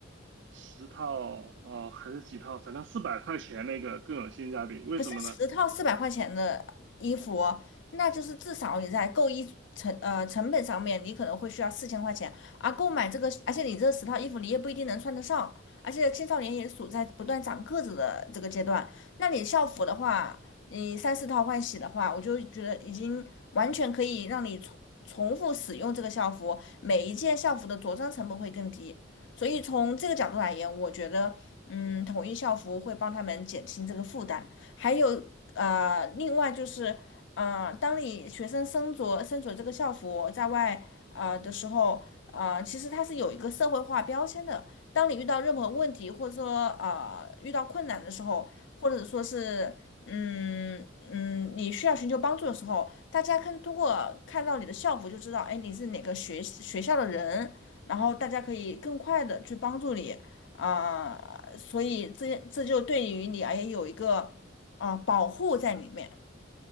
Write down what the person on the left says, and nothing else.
可是十套四百块钱的衣服哦，那就是至少你在购衣成呃成本上面，你可能会需要四千块钱，而购买这个，而且你这十套衣服你也不一定能穿得上，而且青少年也处在不断长个子的这个阶段，那你校服的话，你三四套换洗的话，我就觉得已经完全可以让你重重复使用这个校服，每一件校服的着装成本会更低，所以从这个角度来言，我觉得嗯，统一校服会帮他们减轻这个负担。还有呃，另外就是，呃，当你学生身着身着这个校服在外呃的时候，呃，其实它是有一个社会化标签的。当你遇到任何问题，或者说呃遇到困难的时候，或者说是嗯嗯你需要寻求帮助的时候，大家看通过看到你的校服就知道，哎，你是哪个学学校的人，然后大家可以更快的去帮助你。啊、所以这这就对于你而言有一个啊，呃保护在里面。